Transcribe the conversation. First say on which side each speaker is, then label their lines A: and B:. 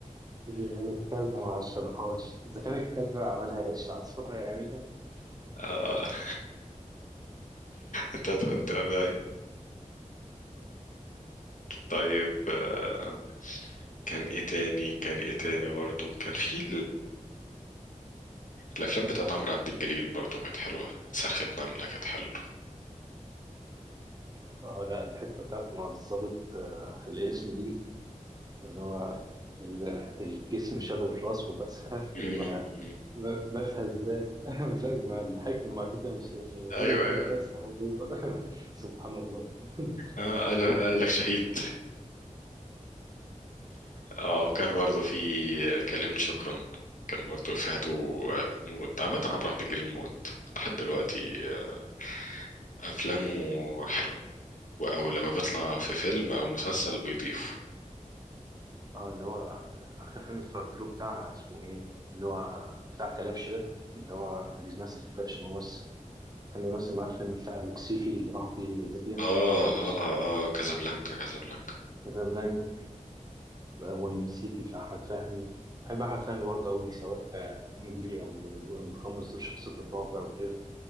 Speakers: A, on the right; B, on the left.
A: بيقول لك الكلب ما عشرهاش إذا كان الكلب عملها إيش العصفور هيعملها؟
B: اه <laughs> انت هتقدر ده طيب آه، كان ايه تاني كان ايه تاني برضه كان في الافلام بتاعت عمرو عبد الجليل برضو كانت حلوه صرخة نملة كانت حلوه
A: اه لا الحتة بتاعت مع الظابط آه، في الاسم دي اللي هو ال- الجسم شال الراس وبسها
B: مم.
A: مع ب- بسها ازاي؟ <laughs> لا مع الحكمة المعجزة مش موجودة
B: ايوه
A: ازاي
B: ايوه
A: بسها و- <laughs> سبحان الله <laughs>
B: اه قال
A: شهيد
B: قال لك شهيد اه وكان برضو في كلمني شكرا كان برضو افهاته موت عامة عمرو عبد الجليل موت لحد دلوقتي آه، افلامه حلوه او لما بيطلع في فيلم او مسلسل بيضيف
A: اه اللي هو آخر فيلم اتفرجت له بتاع اسمه ايه؟ اللي هو بتاع كلبش ده اللي هو بيمثل كلبش ممثل كان بيمثل معاه الفيلم بتاع المكسيكي اللي راحوا فيه ليبيا
B: اه
A: طرابلس
B: اه اه كازابلانكا كازابلانكا
A: كازابلانكا والمكسيكي في أحمد فهمي بحب أحمد فهمي برضه أوي سواء آه، كوميدي أو متقمص دور شخصية الرعب أو كده